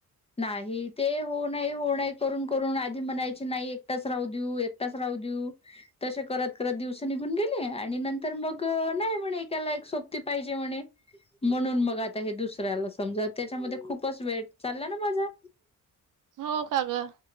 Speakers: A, on the left; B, on the right.
A: नाही ते हो नाही हो नाही करून करून आधी म्हणायचे नाही. एकटच राहू देऊ, एकटच राहू देऊ तसे करत करत दिवस निघून गेले आणि नंतर मग नाही म्हणे एकाला एक सोपती पाहिजे म्हणे.
B: <unintelligible>
A: म्हणून मग आता हे दुसऱ्याला समजा त्याच्यामध्ये खूपच वेळ चालला ना. मजा
B: हो का ग